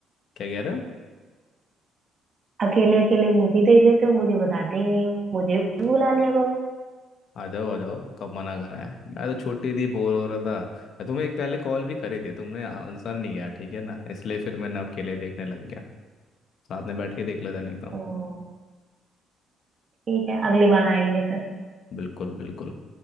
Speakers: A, on the left; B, on the right.
A: क्या कह रहे हो
B: अकेले अकेले मूवी देख लेते हो मुझे बताते ही नहीं हो मुझे भी बुला लिया करो
A: आ जाओ आ जाओ कब मना करा है मैं तो छोटी थी बोर हो रहा था मैं तुम्हें एक पहले कॉल भी करी थी तुमने आंसर नहीं किया ठीक है ना इसलिए फिर मैं ना अकेले देखने लग गया साथ में बैठ के देख लेता नहीं तो
B: तो ठीक है अगली बार आएंगे फिर
A: बिल्कुल बिल्कुल